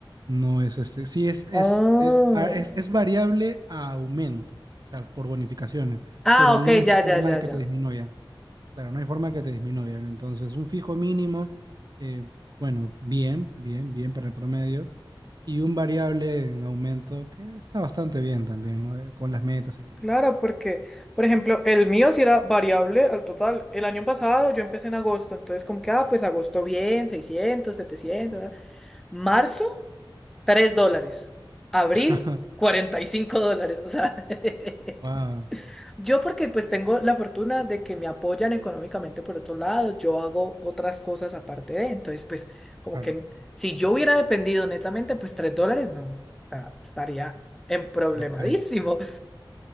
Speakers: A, on the right; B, in the centre.
A: no es este. Sí, es, es,
B: Oh.
A: es, ah, es, es variable a aumento, o sea, por bonificaciones,
B: Ah,
A: pero
B: ok,
A: no es
B: ya,
A: forma
B: ya, ya,
A: de que
B: ya.
A: te disminuya. Claro, no hay forma que te disminuyan. Entonces, un fijo mínimo, eh, bueno, bien, bien, bien para el promedio. Y un variable en aumento que está bastante bien también, ¿no? Eh, Con las metas y demás.
B: Claro, porque, por ejemplo, el mío sí era variable al total. El año pasado yo empecé en agosto, entonces como que, ah, pues agosto bien, 600 700 ¿verdad? Marzo, 3 dólares. Abril,
A: <laughs>
B: 45 dólares. O sea, <laughs>
A: Wow,
B: Yo porque pues tengo la fortuna de que me apoyan económicamente por otros lados, yo hago otras cosas aparte de, entonces pues como
A: claro,
B: que si yo hubiera dependido netamente, pues tres dólares no, o sea, estaría en problemadísimo.
A: la calle.